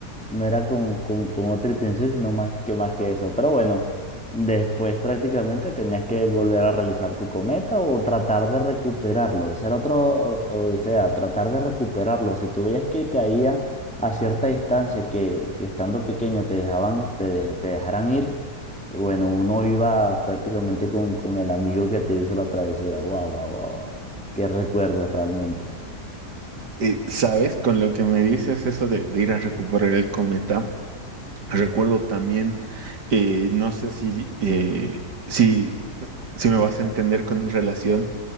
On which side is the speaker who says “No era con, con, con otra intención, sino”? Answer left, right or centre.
Centre